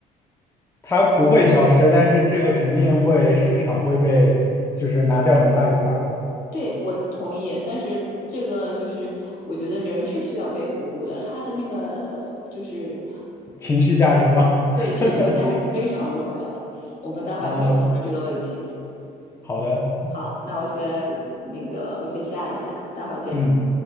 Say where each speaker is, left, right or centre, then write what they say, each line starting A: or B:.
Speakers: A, on the left; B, on the left.
A: 它不会消失，但是这个肯定会市场会被就是拿掉很大一块儿
B: 对，我同意，但是这个就是我觉得人是需要被服务的，他的那个就是
A: 情绪价值嘛。
B: 对，情绪价值非常重要。
A: <laughs>
B: 我们待会儿可以讨论这个问题。
A: 啊，好的，
B: 好，那我先那个，我先下一下，待会儿见。
A: 嗯。